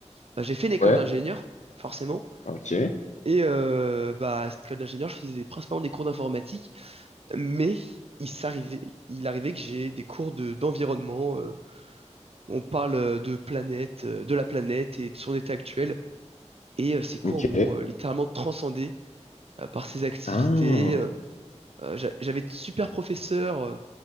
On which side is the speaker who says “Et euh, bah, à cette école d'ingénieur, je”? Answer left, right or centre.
Right